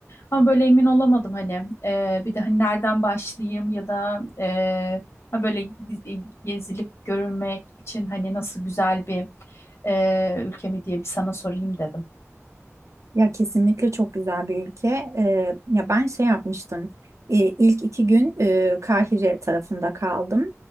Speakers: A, on the left; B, on the right.
A: Ama böyle emin olamadım hani. Ee, bir de hani nereden başlayayım ya da e, ha böyle giz- e, gezilip görülmek için hani nasıl güzel bir e, ülke mi diye bir sana sorayım dedim.
B: Ya kesinlikle çok güzel bir ülke. Ee, ya ben şey yapmıştım. Ee, ilk iki gün e, Kahire tarafında kaldım.